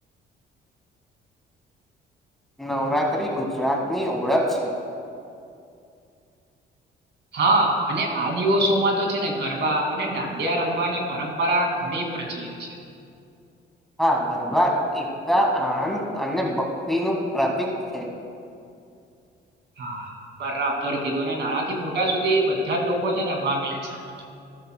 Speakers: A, in the centre; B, on the right (about 60°).
A: નવરાત્રિ ગુજરાતની ઓળખ છે,
B: હા અને આ દિવસોમાં તો છે, ને ગરબા અને દાંડિયા રમવાની પરંપરા ઘણી પ્રચલિત છે,
A: હા ગરબા એકતા આણંદ અને બકરીનું પ્રતીક છે.
B: હા બરાબર કીધું અને નાના થી મોટા સુધી બધા જ લોકો છે ને ભાગ લે છે આમાં તો.